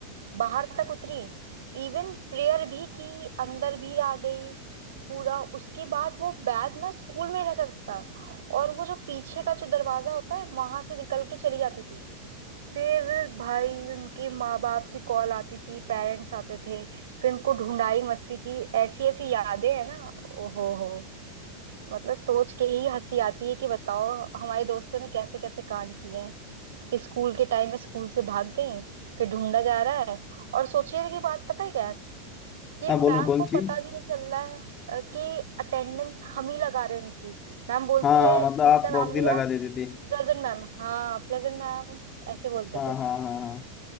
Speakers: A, on the right; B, on the left.
A: बाहर तक उतरी इवन प्रेयर भी की अंदर भी आ गई पूरा उसके बाद वो बैग ना स्कूल में रह सकता और वो जो पीछे का जो दरवाजा होता है वहां से निकल के चली जाती थी फिर भाई उनके माँ बाप की कॉल आती थी पेरेंट्स आते थे फिर उनको ढूंढाई मस्ती थी ऐसी ऐसी यादें हैं ना ओहो हो मतलब सोच के ही हंसी आती है कि बताओ हमारे दोस्तों ने कैसे कैसे कांड किए कि स्कूल के टाइम में स्कूल से भाग गई फिर ढूंढा जा रहा है और सोचने की बात पता है क्या है कि
B: हाँ
A: मैम
B: बोलो कौन
A: को
B: सी
A: पता भी नहीं चल रहा है अ, कि अटेंडेंस हम ही लगा रहे हैं उनकी मैम बोलती
B: हाँ हाँ
A: है
B: मतलब
A: किसी
B: आप
A: का नाम
B: प्रॉक्सी
A: लिया
B: लगा
A: प्रेजेंट
B: देते थे
A: मैम हाँ प्रेजेंट मैम ऐसे बोलते
B: हाँ
A: थे
B: हाँ हाँ हाँ